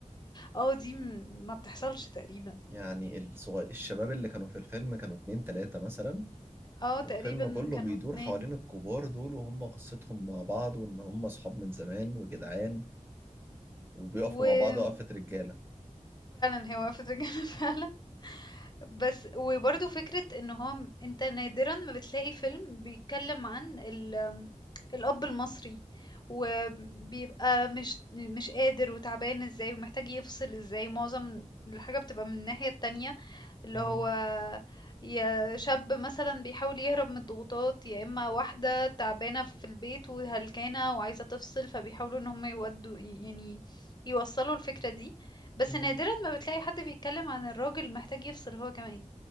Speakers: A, on the left; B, on the right.
A: آه، دي م- ما بتحصلش تقريبا
B: يعني الصغير الشباب اللي كانوا في الفيلم كانوا اتنين تلاتة مثلا
A: اه تقريبا
B: والفيلم كله
A: كانوا
B: بيدور
A: اتنين
B: حوالين الكبار دول وهم قصتهم مع بعض وان هم اصحاب من زمان وجدعان وبيقفوا
A: وفعلا
B: مع بعض وقفة رجالة
A: هي وقفت رجالة <laughs> فعلا بس وبرضه فكرة ان هو م- انت نادرا ما بتلاقي فيلم بيتكلم عن ال الأب المصري وبيبقى مش مش قادر وتعبان ازاي ومحتاج يفصل ازاي معظم الحاجة بتبقى من الناحية التانية اللي
B: مم.
A: هو يا شاب مثلا بيحاول يهرب من الضغوطات يا اما واحدة تعبانة في البيت وهلكانة وعايزة تفصل فبيحاولوا ان هم يودوا يعني يوصلوا الفكرة دي بس
B: مم.
A: نادرا ما بتلاقي حد بيتكلم عن الراجل محتاج يفصل هو كمان